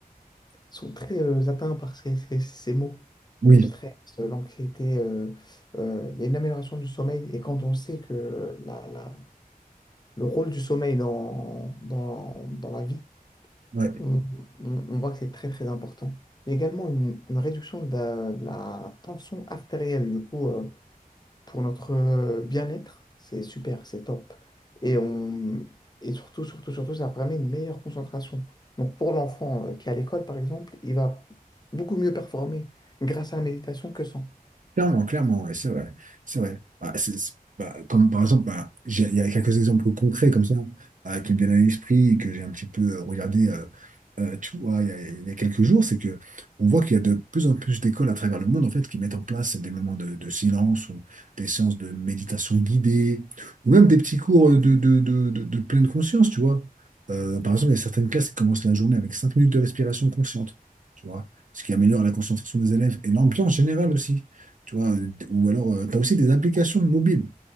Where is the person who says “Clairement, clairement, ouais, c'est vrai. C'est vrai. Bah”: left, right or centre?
Right